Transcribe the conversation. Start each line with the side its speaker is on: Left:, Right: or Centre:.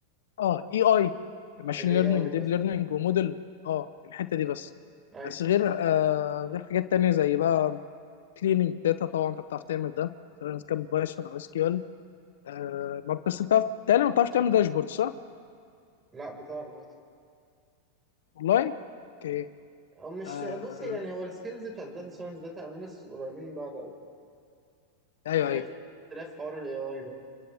Left: اه اي اي ماشين
Right: ال AI
Left: ليرنينج وديب
Right: بس
Left: ليرنينج
Right: آه،
Left: وموديل اه الحته دي بس
Right: ايوه
Left: بس غير آه غير حاجات تانية زي بقى كليننج داتا طبعا انت بتعرف تعمل ده سواء كان بايثون او اس كيو ال آه ما بس بتعرف تاني ما بتعرفش تعمل داشبورد صح؟
Right: لا بتعرف
Left: والله اوكي
Right: او مش
Left: آه
Right: بص يعني هو السكيلز بتاع الداتا ساينس داتا اناليسيس قريبين من بعض قوي
Left: ايوه
Right: بس هي
Left: ايوه
Right: اختلاف حوار ال AI ده